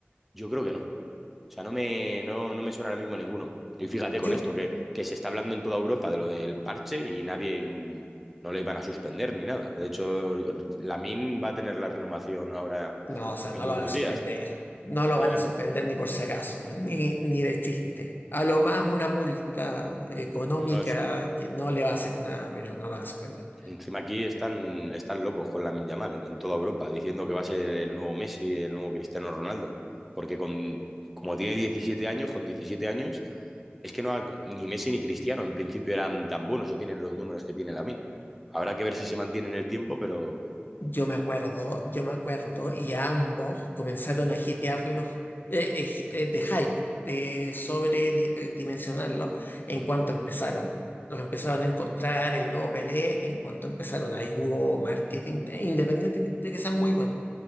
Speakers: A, in the centre; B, on the left.
A: yo creo que no. O sea, no me, no, no me suena ahora mismo ninguno. Y fíjate con
B: Yo,
A: esto, que, que se está hablando en toda Europa de lo del parche y nadie mm, no le iban a suspender ni nada. De hecho, Lamin va a tener la renovación ahora
B: no, o sea,
A: en
B: no lo
A: unos
B: van a suspender.
A: días,
B: No lo
A: obviamente.
B: van a suspender ni por si acaso, ni, ni de chiste. A lo más una multa económica
A: No, no, sí.
B: que no le va a hacer nada, pero no lo van a suspender.
A: Encima aquí están, están locos con Lamin Yamal en toda Europa, diciendo que va a ser el nuevo Messi, el nuevo Cristiano Ronaldo. Porque con, como tiene 17 años, con 17 años, es que no ha- ni Messi ni Cristiano en principio eran tan buenos o tienen los números que tiene Lamin. Habrá que ver si se mantiene en el tiempo, pero
B: Yo me acuerdo, yo me acuerdo, y ambos comenzaron a hipearlos, eh, eh, hi- eh, de hype, de sobredimensionarlos en
A: mm,
B: cuanto empezaron. Los empezaron a encontrar el nuevo Pelé en cuanto empezaron. Ahí hubo marketing, eh, independiente que- de que sean muy buenos,